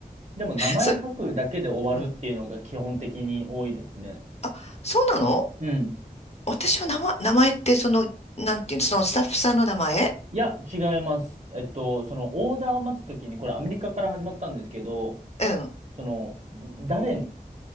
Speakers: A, on the right; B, on the left.
A: でも名前書くだけで終わるっていうのが基本的に多いですね。
B: そ、うん。あ、そうなの
A: うん。
B: 私は名前、名前ってその、なんていうの、そのスタッフさんの名前
A: いや、違います。えっと、そのオーダーを待つときに、これアメリカから始まったんですけど、
B: うん、
A: その、誰、